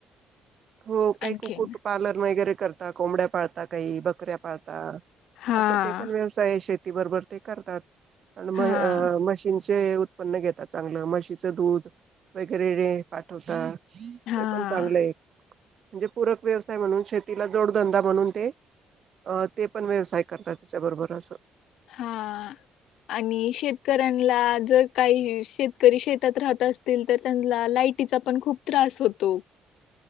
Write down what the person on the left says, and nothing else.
आणखीन.
हां,
हां,
हां.
हा. आणि शेतकऱ्यांना जर काही शेतकरी शेतात राहत असतील तर त्यांला लाटीचा पण खूप त्रास होतो.